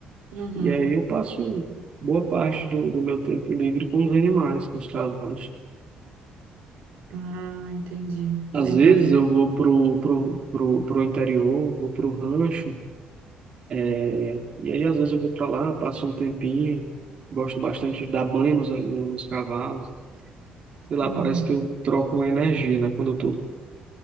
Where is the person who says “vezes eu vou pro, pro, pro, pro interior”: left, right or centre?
Right